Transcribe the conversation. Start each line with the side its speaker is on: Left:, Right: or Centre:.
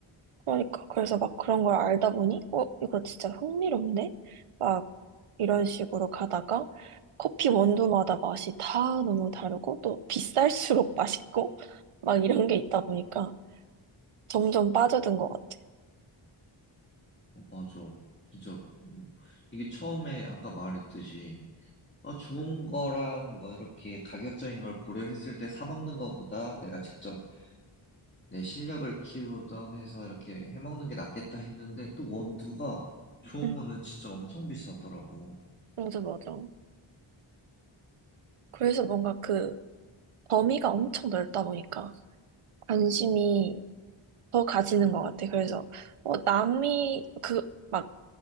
Right: 그러니까. 그래서 막 그런 걸 알다 보니 어, 이거 진짜 흥미롭네? 막 이런 식으로 가다가 커피 원두마다 맛이 다 너무 다르고 또 비쌀수록 <laughs> 맛있고 막 이런 게 있다 보니까 점점 빠져든 것 같아.
Left: 어, 맞아. 진짜, 음, 이게 처음에 아까 말했듯이, 어, 좋은 거랑 뭐 이렇게 가격적인 걸 고려했을 때 사 먹는 거보다 내가 직접 내 실력을 키우던 해서 이렇게 해먹는 게 낫겠다 했는데 또 원두가 좋은
Right: 응,
Left: 거는 진짜 엄청 비싸더라고.
Right: 맞아, 맞아. 그래서 뭔가 그 범위가 엄청 넓다 보니까 관심이 더 가지는 것 같아. 그래서 어, 남이 그 막